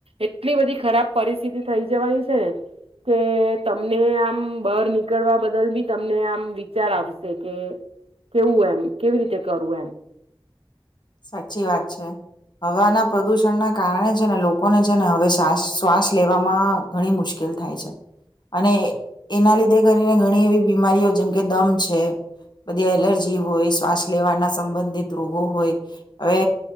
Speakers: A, on the right; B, on the left.
A: એટલી બધી ખરાબ પરિસ્થિતિ થઈ જવાની છેને કે, તમને આમ બહાર નીક નીકળવા બદલ પણ તમને આમ વિચાર આવશે કે કેવું? એમ કેવી રીતે કરવું? એમ
B: સાચી વાત છે. હવાના પ્રદુષણના કારણે છે ને લોકોને છે ને હવે શ્વાસ શ્વાસ લેવામાં ઘણી મુશ્કેલ થાય છે. અને એના લીધે કરીને ઘણી એવી બીમારીઓ જેમ કે, દમ છે બધી એલર્જી હોય શ્વાસ લેવાના સંબંધિત રોગો હોય હવે